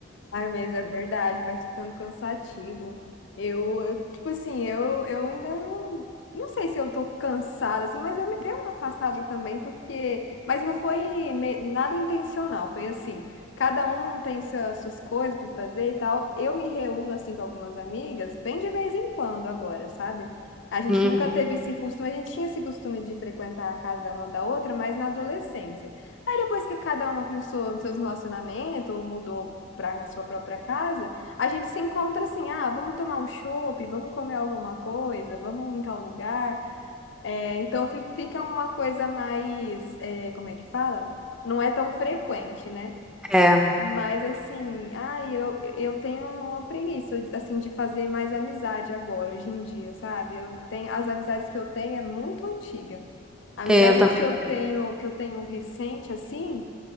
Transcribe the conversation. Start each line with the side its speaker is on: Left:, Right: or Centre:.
Left: Ai, mas é verdade, vai ficando cansativo. Eu, eu, tipo assim, eu, eu ainda não, não sei se eu tô cansada, assim, mas eu me dei uma afastada também, porque. Mas não foi me- nada intencional, foi assim. Cada um tem suas suas coisas para fazer e tal. Eu me reúno, assim, com algumas amigas, bem de vez em quando agora, sabe? A gente
Centre: <laughs>
Left: nunca teve esse costume, a gente tinha esse costume de frequentar a casa uma da outra, mas na adolescência. Aí depois que cada uma começou nos seus relacionamentos, ou mudou para a sua própria casa, a gente se encontra assim, ah, vamos tomar um chopp, vamos comer alguma coisa, vamos em tal lugar. É, então fi- fica uma coisa mais, é, como é que fala? Não é tão frequente, né?
Centre: É,
Left: Mas assim, ai, eu, eu tenho uma preguiça assim de fazer mais amizade agora, hoje em dia, sabe? Eu tenho as amizades que eu tenho é muito antiga. A amizade
Centre: é, eu também.
Left: que eu tenho, que eu tenho recente assim,